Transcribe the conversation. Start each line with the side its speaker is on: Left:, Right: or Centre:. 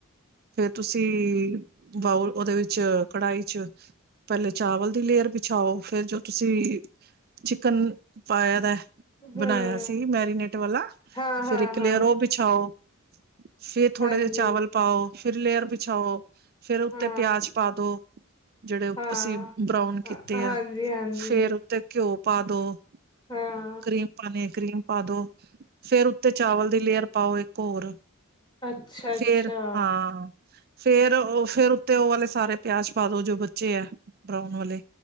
Right: ਫੇਰ ਤੁਸੀਂ ਬਾਊਲ ਉਹਦੇ ਵਿੱਚ ਕੜਾਹੀ ਚ ਪਹਿਲੇ ਚਾਵਲ ਦੀ ਲੇਅਰ ਬਿਛਾਓ। ਫੇਰ ਜੋ ਤੁਸੀਂ ਚਿਕਨ ਪਾਇਆ ਦਾ।
Left: ਹਮ
Right: ਬਣਾਇਆ ਸੀ ਮੈਰੀਨੇਟ ਵਾਲਾ,
Left: ਹਾਂ
Right: ਫੇਰ
Left: ਹਾਂ
Right: ਇੱਕ ਲੇਅਰ
Left: ਹਾਂ
Right: ਉਹ ਬਿਛਾਓ। <unintelligible> ਫੇਰ ਥੋੜੇ
Left: ਹਾਂਜੀ
Right: ਜਿਹੇ ਚਾਵਲ ਪਾਓ। ਫਿਰ ਲੇਅਰ ਬਿਛਾਓ ਫੇਰ ਉੱਤੇ
Left: ਹਾਂ
Right: ਪਿਆਜ ਪਾ ਦੋ। ਜਿਹੜੇ
Left: ਹਾਂ
Right: ਅਸੀਂ ਬਰਾਉਨ ਕੀਤੇ
Left: ਹਾਂਜੀ
Right: ਆ,
Left: ਹਾਂਜੀ
Right: ਫੇਰ ਉੱਤੇ ਘਿਓ ਪਾ ਦਉ।
Left: ਹਾਂ
Right: ਕਰੀਮ ਪਾਣੀ ਆ, ਕਰੀਮ। ਪਾ ਦਉ। ਫੇਰ ਉੱਤੇ ਚਾਵਲ ਦੀ ਲੇਅਰ ਪਾਓ ਇੱਕ। ਹੋਰ।
Left: ਅੱਛਾ-ਅੱਛਾ।
Right: ਫੇਰ ਹਾਂ ਫੇਰ ਉਹ ਫੇਰ ਉੱਤੇ ਉਹ ਵਾਲੇ ਸਾਰੇ ਪਿਆਜ ਪਾ ਦਉ ਜੋ ਬਚੇ ਐ, ਬਰਾਊਨ ਵਾਲੇ।